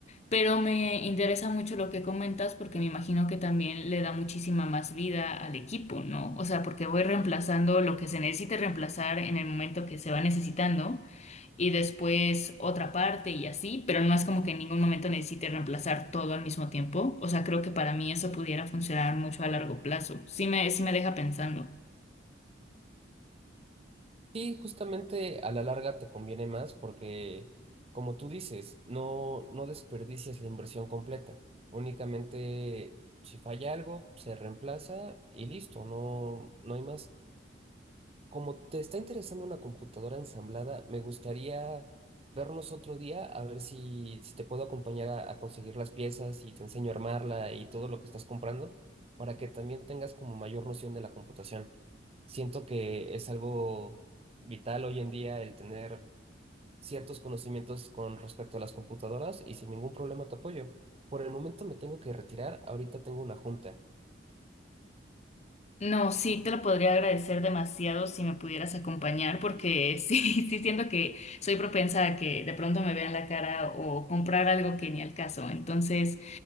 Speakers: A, on the left (about 35°); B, on the right (about 30°).
A: Pero me interesa mucho lo que comentas porque me imagino que también le da muchísima más vida al equipo, ¿no? O sea, porque voy reemplazando lo que se necesite reemplazar en el momento que se va necesitando y después otra parte y así, pero no es como que en ningún momento necesite reemplazar todo al mismo tiempo. O sea, creo que para mí eso pudiera funcionar mucho a largo plazo. Sí me, sí me deja pensando.
B: Sí, justamente a la larga te conviene más porque, como tú dices, no, no desperdicias la inversión completa. Únicamente si falla algo, se reemplaza y listo, no, no hay más. Como te está interesando una computadora ensamblada, me gustaría vernos otro día a ver si, si te puedo acompañar a, a conseguir las piezas y te enseño a armarla y todo lo que estás comprando para que también tengas como mayor noción de la computación. Siento que es algo vital hoy en día el tener ciertos conocimientos con respecto a las computadoras y sin ningún problema te apoyo. Por el momento me tengo que retirar, ahorita tengo una junta.
A: No, sí, te lo podría agradecer demasiado si me pudieras acompañar, porque sí, <laughs> sí siento que soy propensa a que de pronto me vean la cara o comprar algo que ni al caso. Entonces,